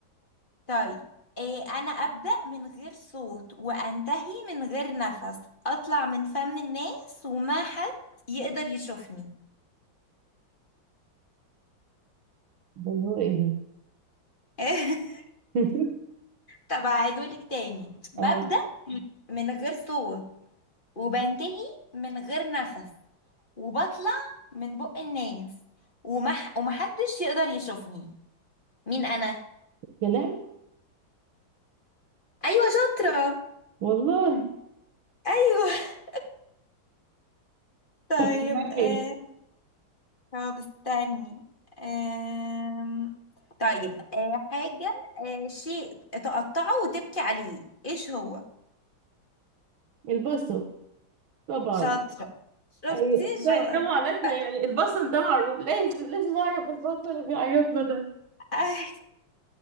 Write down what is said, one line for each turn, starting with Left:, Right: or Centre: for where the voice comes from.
Left: طيب إيه أنا أبدأ من غير صوت وأنتهي من غير نفس أطلع من فم الناس وما حد يقدر يشوفني
Right: ده اللي هو ايه ده
Left: <laughs>
Right: <laughs>
Left: طب أعيدهولك تاني ببدأ
Right: اه
Left: من غير صوت وبنتهي من غير نفس وبطلع من بق الناس ومح... ومحدش يقدر يشوفني مين أنا؟
Right: كلام
Left: أيوة شاطرة
Right: والله <laughs>
Left: أيوة <laughs> طيب
Right: والله
Left: آه،
Right: حلو
Left: هو بستني أم... طيب أه حاجة أه شيء تقطعه وتبكي عليه ايش هو
Right: البصل طبعا
Left: شاطرة شفتي
Right: أيوة. ده
Left: شو...
Right: ده معاناتنا
Left: <laughs>
Right: يعني البصل ده معروف لازم لازم اعرف البصل اللي بيعيطنا ده
Left: أي...